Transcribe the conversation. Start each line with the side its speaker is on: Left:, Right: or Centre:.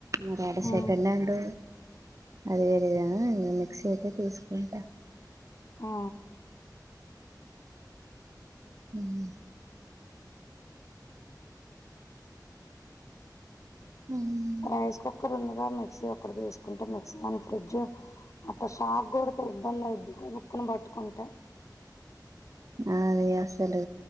Right: మరి ఆడ
Left: హ్మ్
Right: సెకండ్ హ్యాండ్ అది వేరేగాని మిక్సీ అయితే తీసుకుంటా
Left: ఆ
Right: ఉం ఉం
Left: రైస్ కుక్కర్ ఉందిగా మిక్సీ ఒక్కటి తీసుకుంటే మిక్సీ అన్ ఫ్రిడ్జ్ అట్ట షాక్ కొడితే ఇబ్బంది అయిద్ది గబుకున్న పట్టుకుంటే
Right: ఆ అదే అసలు